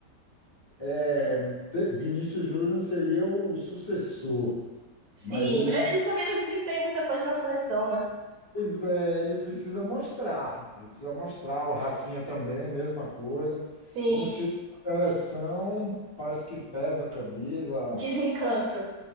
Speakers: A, on the left; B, on the right.
A: É, Te- Vinícius Júnior seria o sucessor,
B: Sim,
A: mas ele
B: mas
A: é
B: ele também não desempenha muita coisa na seleção, né?
A: Pois é, ele precisa mostrar. Ele precisa mostrar. O Rafinha também, mesma coisa.
B: Sim,
A: Quando chega na seleção, parece que pesa a camisa.
B: desencanto.